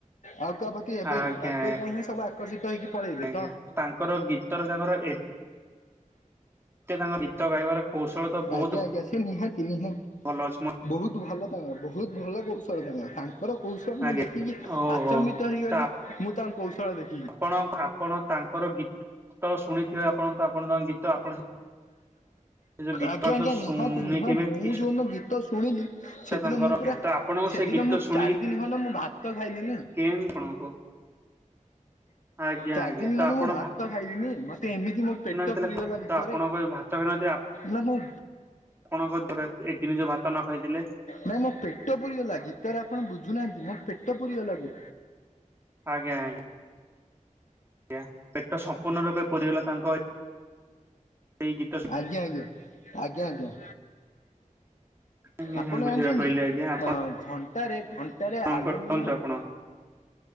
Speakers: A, on the left; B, on the right.
A: ଆଉ ପାଖାପାଖି ହେବେନି
B: ଆଜ୍ଞା
A: ତାଙ୍କ ପାଇଁ ହିଁ ସବୁ ଆକର୍ଶିତ ହେଇକି ପଳେଇବେ
B: ଆଜ୍ଞା
A: ତ
B: ତାଙ୍କର ଗୀତରେ ତାଙ୍କର ଏତେ ତାଙ୍କର ଗୀତ ଗାଇବାର କୌଶଳ ତ ବହୁତ
A: ଆଜ୍ଞା ଆଜ୍ଞା ସେ ନିହାତି ନିହାତି
B: ଭଲ ଅଛି ମ
A: ବହୁତ ଭଲ ତାଙ୍କ ବହୁତ ଭଲ କହୁଛି କ ତାଙ୍କ ତାଙ୍କର କୌଶଳ ମୁଁ
B: ଆଜ୍ଞା
A: ଦେଖିକି
B: ଓହୋ
A: ଆଚମ୍ବିତ ହେଇଗଲି
B: ତ
A: ମୁଁ ତାଙ୍କ କୌଶଳ ଦେଖି
B: ଆପଣ ଆପଣ ତାଙ୍କର ଗୀତ ଶୁଣିଥିବେ ଆପଣ ତ ଆପଣଙ୍କ ଗୀତ ଆପଣ ଯୋଉ ଗୀତ
A: ଆଜ୍ଞା ଆଜ୍ଞା
B: ତ ଶୁଣିଥିବେ
A: ନିହାତି ନିହାତି ମୁଁ
B: କିସ୍
A: ଯୋଉଦିନ ଗୀତ ଶୁଣିଲି
B: ତାଙ୍କର
A: ସେଦିନ ମୁଁ ପୁରା
B: ତ ଆପଣଙ୍କୁ
A: ସେଦିନ
B: ସେ ଗୀତ
A: ମୁଁ
B: ଶୁଣିକି
A: ଚାରି ଦିନ ଖଣ୍ଡେ ମୁଁ ଭାତ ଖାଇଲିନି।
B: କେନ୍ ଆପଣଙ୍କୁ ଆଜ୍ଞା
A: ଚାରି
B: ଆଜ୍ଞା
A: ଦିନ
B: ତ
A: ଖଣ୍ଡେ
B: ଆପଣ
A: ମୁଁ ଭାତ ଖାଇଲିିନି। ମତେ ତ ଏମିତି ମୋର ପେଟ
B: ହେଇଥିଲା
A: ପୁରି ଗଲା ଗୀତରେ
B: ତ ଆପଣଙ୍କ ଭାତ ଖାଇନଥିବେ
A: ନା ମୁଁ
B: ଆପଣଙ୍କ <unintelligible> ଏ ଜିନି ଯୋ ଭାତ ନ ଖାଇଥିଲେ
A: ନାଇଁ ମୋ ପେଟ ପୁରି ଗଲା ଗୀତ ରେ ଆପଣ ବୁଝୁନାହାନ୍ତି ମୋ ପେଟ ପୁରିଗଲା ଯେ
B: ଆଜ୍ଞା ଆଜ୍ଞା। ଜ ପେଟ ସମ୍ପୂର୍ଣ୍ଣ ରୂପେ ପୂରିଗଲା ତାଙ୍କ ଏଇ ଗୀତ
A: ଆଜ୍ଞା ଆଜ୍ଞା ଆଜ୍ଞା ଆଜ୍ଞା।
B: ଶୁଣି
A: ଆପଣ
B: ବୁଝିବାକୁ
A: ଜାଣିଛନ୍ତି
B: ପାଇଲି ଆଜ୍ଞା ଆପଣ
A: ଅ ଘଣ୍ଟାରେ ଘଟ ରେ
B: ଆପଣଙ୍କର
A: ଆଲୁମିନିୟମ୍
B: କୁହନ୍ତୁ ଆପଣ